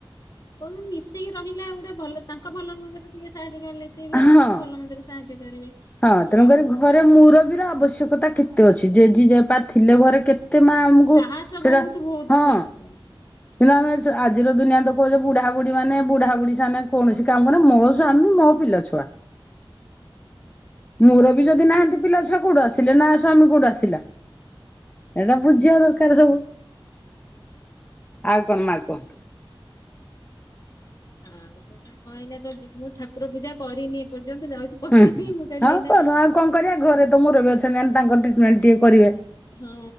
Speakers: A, on the left (about 40°); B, on the left (about 15°).
A: କଣ ମିଶିକି ରହିଲେ ଗୋଟେ ଭଲ ତାଙ୍କ ଭଲ ମନ୍ଦରେ ଟିକେ ସାହାଯ୍ୟ କଲେ ସିଏ
B: ହଁ।
A: ବି ଆମକୁ ଭଲ ମନ୍ଦିରେ ସାହାଯ୍ୟ କରିବେ।
B: ହଁ ତେଣୁକରି
A: ଆଉ
B: ଘରେ ମୁରବୀ ର ଆବଶ୍ୟକତା କେତେ ଅଛି ଜେଜି ଜେପା ଥିଲେ ଘରେ କେ ମତେ ମା ଆମକୁ
A: ସାହସ
B: ସେଇଟା
A: ବହୁତ ବହୁତ
B: ହଁ।
A: ସାହସ।
B: କିନ୍ତୁ ଆମେ ସେ ଆଜିର ଦୁନିଆ ତ କହୁଚେ ବୁଢାବୁଢୀ ମାନ ବୁଢାବୁଢୀ ସାମ୍ନାରେ କୌଣସି କାମରେ ମୋ ସ୍ବାମୀ ମୋ ପିଲା ଛୁଆ। ମୋର ବି ଯଦି ନାହାନ୍ତି ପିଲା ଛୁଆ କୁଆଡ଼ୁ ଆସି ଥିଲେ ନା ସ୍ଵାମୀ କୋଉଠୁ ଆସିଲା ଏଟା ବୁଝିବା ଦରକାର ସବୁ। ଆଉ କଣ ମା କୁହ?
A: ଆଉ <unintelligible> ମୁଁ ଠାକୁର ପୂଜା କରିନି ଏପର୍ଯ୍ୟନ୍ତ ଯାଉଚି <unintelligible>
B: ହୁଁ ହୁଁ
A: ମୁ କହିଲି
B: ହଁ
A: ଏଇନା
B: କର ଆଉ କଣ କରିବା ଘରେ ତ ମୁରବି ଅଛନ୍ତିମାନେ ତାଙ୍କ ଟ୍ରିଟମେଣ୍ଟ ଟିକେ କରିବା।
A: ହଁ